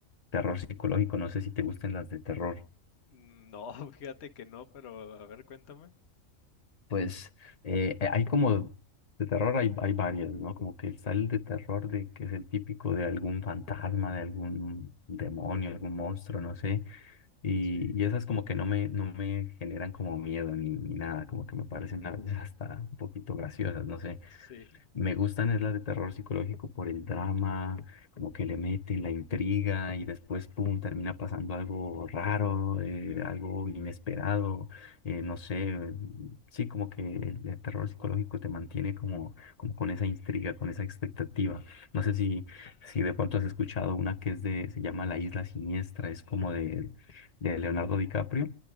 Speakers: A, on the left; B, on the left.
A: terror psicológico, no sé si te gusten las de terror.
B: Mm, No, <laughs> fíjate que no, pero a ver, cuéntame.
A: Pues eh, eh, hay como de terror, hay, hay varias, ¿no? Como que está el de terror de que es el típico de algún fantasma, de algún demonio, algún monstruo, no sé. Y,
B: Sí,
A: y esas como que no me, no me generan como miedo ni, ni nada, como que me parecen a veces hasta un poquito graciosas, no sé.
B: sí,
A: Me gustan es las de terror psicológico por el drama, como que le meten la intriga y después, pum, termina pasando algo raro, eh, algo inesperado, eh, no sé, sí, como que el, el terror psicológico te mantiene como, como con esa intriga, con esa expectativa. No sé si, si de pronto has escuchado una que es de, se llama La Isla Siniestra, es como de, de Leonardo DiCaprio,